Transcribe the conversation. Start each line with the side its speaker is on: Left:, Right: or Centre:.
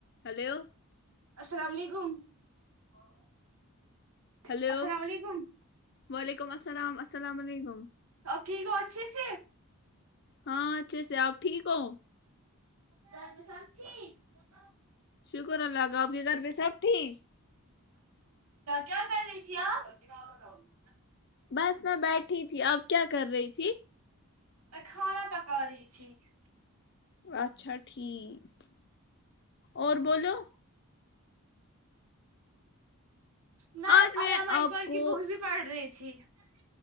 Left: Hello
Right: السلام علیکم ہاں <inaudible>
Left: ہلو
Right: السلام علیکم
Left: وعلیکم السلام السلام علیکم
Right: اب ٹھیک اچ س <unintelligible>
Left: ہاں اچھے سے آپ ٹھیک ہو
Right: گھر تو صب ٹھیک <unintelligible>
Left: شکر اللہ گ آب کے گھر پ سب ٹھیک
Right: ج پ رہے آ <unintelligible>
Left: بس میں بیٹھی تھی تھی اب کیا کر رہی تھی
Right: کھانا پکا رہیچ <unintelligible>
Left: اچھا ٹھیک اور بولو
Right: می
Left: آج
Right: علامہ
Left: میں
Right: اقبال
Left: آپ کو
Right: کی بکس بھی پڑھ رہی تھی پشی <unintelligible>